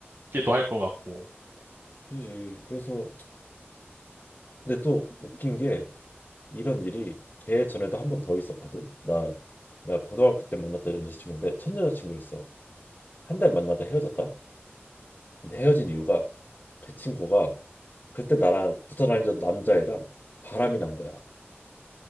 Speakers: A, on the right; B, on the left.
A: 싶기도 할 것 같고.
B: 그지? 그래서 근데 또 웃긴 게 이런 일이 걔 전에도 한 번 더 있었거든. 나 나 고등학교 때 만났던 여자친구인데 첫 여자친구였어. 한 달 만나다 헤어졌다. 근데 헤어진 이유가 그 친구가 그때 나랑 붙어 다니던 남자애랑 바람이 난 거야.